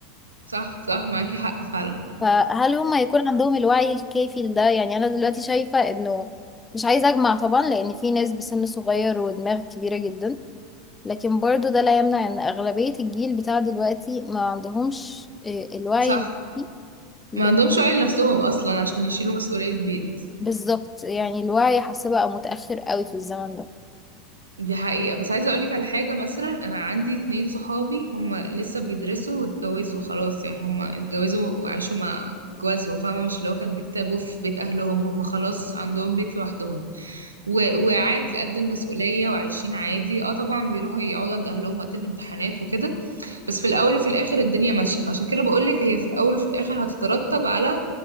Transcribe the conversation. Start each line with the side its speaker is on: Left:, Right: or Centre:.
Right: صح صح معاكي حق فعلا
Left: فهل هم هيكون عندهم الوعي الكافي لده يعني انا دلوقتي شايفة انه مش عايزة اجمع طبعا لان في ناس بسن صغير ودماغ كبيرة جدا لكن برضو ده لا يمنع ان اغلبية الجيل بتاع دلوقتي ما عندهمش آه، الوعي
Right: صح
Left: الكافي لأن-
Right: ما عندهمش عيل نفسهم اصلا عشان يشيلوا مسؤولية البيت
Left: بالظبط يعني الوعي حاسة بقى متأخر قوي في الزمن ده
Right: دي حقيقة بس عايزة اقولك على حاجة مثلا انا عندي اتنين صحابي هما لسه بيدرسوا واتجوزوا خلاص يعني هما اتجوزوا وعاشوا مع جوازهم فاهمة مش اللي هو كانت بيكتبوا في بيت اهلهم هما خلاص عندهم بيت لوحدهم و... وعادي قد المسؤولية وعايشين عادي اه طبعا بيروحوا يقعدوا عند اهلهم وقت الامتحانات وكده بس في الاول وفي الاخر الدنيا ماشيه فعشان كده بقولك هي في الاول وفي الاخر هتترتب على